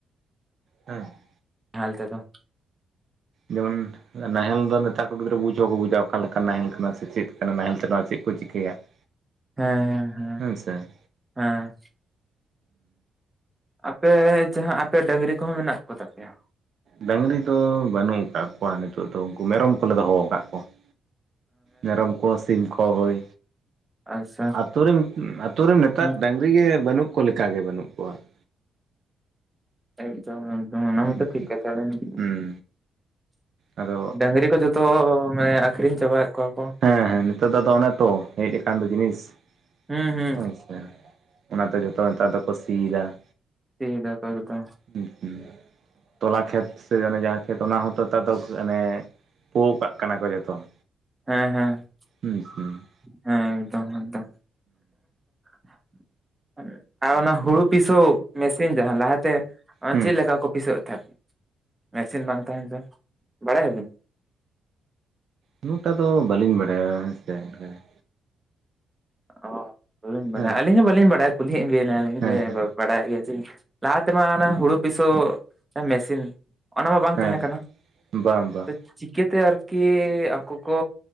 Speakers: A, on the right (about 60°); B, on the right (about 15°).
A: ᱦᱮᱸ ᱾
B: ᱱᱟᱦᱮᱞ ᱛᱮᱫᱚ
A: ᱡᱮᱢᱚᱱ ᱱᱟᱦᱮᱞ ᱫᱚ ᱱᱮᱛᱟᱨ ᱠᱚ ᱜᱤᱫᱽᱨᱟᱹ ᱵᱩᱡᱽ ᱦᱚᱸ ᱱᱟᱦᱮᱞ ᱫᱚ ᱱᱮᱛᱟᱨ ᱠᱚ ᱜᱤᱫᱽᱨᱟᱹ ᱵᱩᱡ ᱦᱚᱸ ᱵᱟᱝᱠᱚ ᱵᱩᱡᱟ ᱚᱠᱟ ᱞᱮᱠᱟ ᱱᱟᱦᱮᱞ ᱠᱟᱱᱟ ᱥᱮ ᱪᱮᱫ ᱠᱟᱱᱟ ᱱᱟᱦᱮᱞ ᱛᱮ ᱪᱮᱫ ᱠᱚ ᱪᱤᱠᱟᱹᱭᱟ ᱾
B: ᱦᱮᱸ ᱦᱮᱸ᱾
A: ᱦᱳᱭ ᱥᱮ᱾
B: ᱦᱮᱸ, ᱟᱯᱮ ᱡᱟᱦᱟᱸ ᱟᱯᱮ ᱰᱟᱹᱝᱨᱤ ᱠᱚᱦᱚᱸ ᱢᱮᱱᱟᱜ ᱠᱚᱛᱟᱯᱮᱭᱟ?
A: ᱰᱟᱹᱝᱨᱤ ᱫᱚ ᱵᱟᱹᱱᱩᱜ ᱟᱠᱟᱫ ᱠᱚᱣᱟ ᱱᱤᱛᱚᱜ ᱫᱚ᱾ ᱩᱱᱠᱩ ᱢᱮᱨᱚᱢ ᱠᱚᱞᱮ ᱫᱚᱦᱚ ᱟᱠᱟᱫ ᱠᱚᱣᱟ ᱾ ᱢᱮᱨᱚᱢ ᱠᱚ ᱥᱤᱢ ᱠᱚ ᱦᱳᱭ
B: ᱟᱪᱪᱷᱟ
A: ᱟᱛᱩᱨᱮᱱ ᱟᱛᱩᱨᱮᱱ ᱱᱮᱛᱟᱨ
B: ᱦᱮᱸ
A: ᱵᱟᱝᱨᱤ ᱰᱟᱹᱝᱨᱤᱜᱮ ᱵᱟᱹᱱᱩᱜ ᱠᱚ ᱞᱮᱠᱟᱜᱮ ᱵᱟᱹᱱᱩᱜ ᱠᱚᱣᱟ ᱾
B: ᱮᱠᱫᱚᱢ ᱮᱠᱫᱚᱢ ᱚᱱᱟ ᱢᱟᱛᱚ
A: ᱦᱩᱸ
B: ᱴᱷᱤᱠ ᱠᱟᱛᱷᱟ ᱠᱟᱱᱜᱮ
A: ᱦᱩᱸ ᱟᱫᱚ
B: ᱰᱟᱹᱝᱨᱤ ᱠᱚ ᱡᱚᱛᱚ ᱢᱟᱱᱮ ᱟᱠᱷᱨᱤᱧ ᱪᱟᱵᱟᱭᱮᱫ ᱠᱚᱣᱟ ᱾
A: ᱦᱮᱸ ᱦᱮᱸ ᱱᱮᱛᱟᱨ ᱫᱚ ᱟᱫᱚ ᱚᱱᱮ ᱛᱚ ᱦᱮᱡ ᱟᱠᱟᱱ ᱫᱚ ᱡᱤᱱᱤᱥ ᱾
B: ᱦᱩᱸ ᱦᱩᱸ
A: ᱦᱳᱭᱥᱮ ᱚᱱᱟᱛᱮ ᱡᱚᱛᱚ ᱱᱮᱛᱟᱨ ᱫᱚᱠᱚ ᱥᱤᱭᱫᱟ ᱾
B: ᱥᱤᱭᱫᱟ ᱛᱚᱵᱮ ᱠᱷᱟᱱ᱾
A: ᱦᱩᱸ ᱦᱩᱸ᱾ ᱛᱚᱞᱟ ᱠᱷᱮᱛ ᱥᱮ ᱚᱱᱮ ᱡᱟᱦᱟᱸ ᱠᱷᱮᱛ ᱚᱱᱟ ᱦᱚᱸᱛᱚ ᱱᱮᱛᱟᱨ ᱫᱚ ᱚᱱᱮ ᱯᱳ ᱠᱟᱜ ᱠᱟᱱᱟ ᱠᱚ ᱡᱚᱛᱚ ᱾
B: ᱦᱮᱸ ᱦᱮᱸ᱾
A: ᱦᱳᱭ ᱥᱮ ᱾
B: ᱦᱮᱸ ᱮᱠᱫᱚᱢ ᱮᱠᱫᱚᱢ ᱾ ᱟᱨ ᱚᱱᱟ ᱦᱩᱲᱩ ᱯᱤᱥᱟᱹᱭ ᱢᱮᱥᱤᱱ ᱡᱟᱦᱟᱸ ᱞᱟᱦᱟᱛᱮ
A: ᱦᱩᱸ
B: ᱪᱮᱫ ᱞᱮᱠᱟ ᱠᱚ ᱯᱤᱥᱟᱹᱭ ᱮᱫ ᱛᱟᱦᱮᱸᱫ ᱾ ᱢᱮᱥᱤᱱ ᱵᱟᱝ ᱛᱟᱦᱮᱱ ᱛᱮ, ᱵᱟᱲᱟᱭᱟᱵᱤᱱ?
A: ᱩᱱᱟᱹᱜ ᱴᱟ ᱫᱚ ᱵᱟᱹᱞᱤᱧ ᱵᱟᱲᱟᱭᱟ ᱦᱮᱸᱥᱮ ᱦᱮᱸ ᱾
B: ᱚᱻ ᱵᱟᱵᱤᱱ ᱵᱟᱲᱟᱭᱟ
A: ᱦᱮᱸ
B: ᱟᱹᱞᱤᱧ ᱦᱚᱸ ᱵᱟᱹᱞᱤᱧ ᱵᱟᱲᱟᱭᱟ᱾ ᱠᱩᱞᱤᱭᱮᱫ ᱵᱮᱱᱟᱞᱤᱧ
A: ᱦᱮᱸ
B: ᱡᱮ
A: ᱦᱮᱸ
B: ᱵᱟᱲᱟᱭᱮᱫ ᱜᱮᱭᱟ ᱥᱮ ᱞᱟᱦᱟ ᱛᱮᱢᱟ ᱚᱱᱟ ᱦᱩᱲᱩ ᱯᱤᱥᱟᱹ ᱢᱮᱥᱤᱱ ᱚᱱᱟ ᱢᱟ ᱵᱟᱝ
A: ᱦᱮᱸ
B: ᱛᱟᱦᱮᱸ ᱠᱟᱱᱟ
A: ᱵᱟᱝ
B: ᱾
A: ᱵᱟᱝ
B: ᱪᱤᱠᱟᱹᱛᱮ ᱟᱨᱠᱤ ᱟᱠᱚ ᱠᱚ